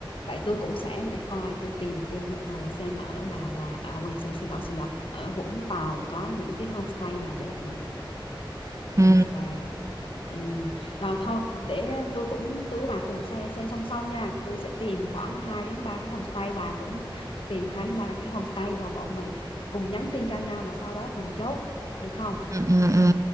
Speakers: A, on the left; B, on the right.
A: vậy tôi cũng sẽ để coi tôi tìm trên Google xem ở Đà Lạt à, quên sorry, xin lỗi xin lỗi ở Vũng Tàu có những cái homestay nào đẹp nè homestay
B: ừ,
A: ừ. rồi thôi để tôi cũng tôi với bà cùng xem, xem song song nha tôi sẽ tìm khoảng 2 đến 3 cái homestay bà cũng tìm 2 đến 3 cái homestay rồi bọn mình cùng nhắn tin cho nhau và sau đó cùng chốt được không
B: ừ, ừ, ừ.